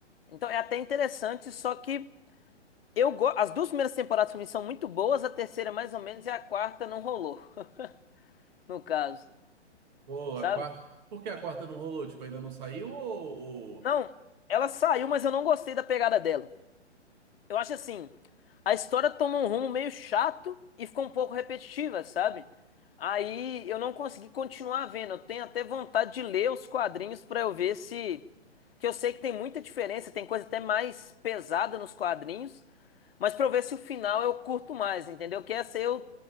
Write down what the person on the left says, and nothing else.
Então é até interessante, só que eu go... as duas primeiras temporadas pra mim são muito boas, a terceira mais ou menos e a quarta não rolou, <laughs> no caso,
sabe?
Não, ela saiu, mas eu não gostei da pegada dela. Eu acho assim, a história tomou um rumo meio chato e ficou um pouco repetitiva, sabe? Aí eu não consegui continuar vendo. Eu tenho até vontade de ler os quadrinhos pra eu ver se. Que eu sei que tem muita diferença, tem coisa até mais pesada nos quadrinhos, mas pra eu ver se o final eu curto mais, entendeu? Que essa eu.